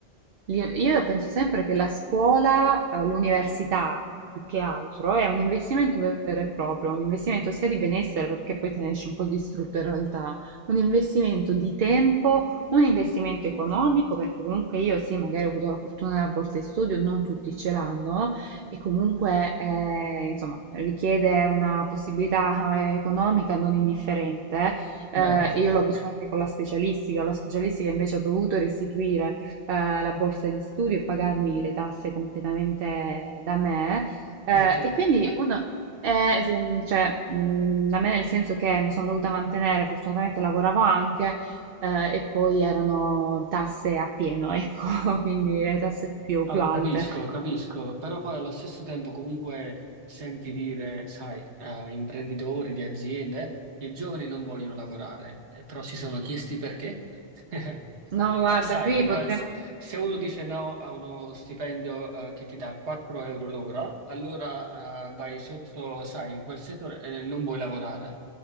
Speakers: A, on the right; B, on the right.
A: Li- Io penso sempre che la scuola, eh, l'università più che altro, è un investimento vero e proprio, un investimento sia di benessere, perché poi te ne esci un po' distrutto in realtà, un investimento di tempo, un investimento economico, perché comunque io sì, magari ho avuto la fortuna della borsa di studio, non tutti ce l'hanno, e comunque eh, insomma richiede una possibilità eh, economica non indifferente, eh,
B: vero?
A: e io l'ho visto anche con la specialistica, la specialistica invece ho dovuto restituire eh, la borsa di studio e pagarmi le tasse completamente da me. Eh,
B: Ma te?
A: e quindi uno, eh, se- cioè, mh, da me nel senso che mi sono dovuta mantenere, fortunatamente lavoravo anche, eh, e poi erano tasse a pieno, ecco, <laughs> quindi le tasse più,
B: Ah,
A: più
B: capisco,
A: alte.
B: capisco, però poi allo stesso tempo comunque senti dire, sai, a imprenditori di aziende che i giovani non vogliono lavorare, eh, però si sono chiesti perché. <laughs>
A: No, guarda,
B: Eh, sai,
A: qui
B: co- qua-
A: potremmo...
B: se, se uno dice no a uno stipendio eh, che ti dà 4 euro l'ora, allora eh, vai sotto, sai, in quel settore e non vuoi lavorare.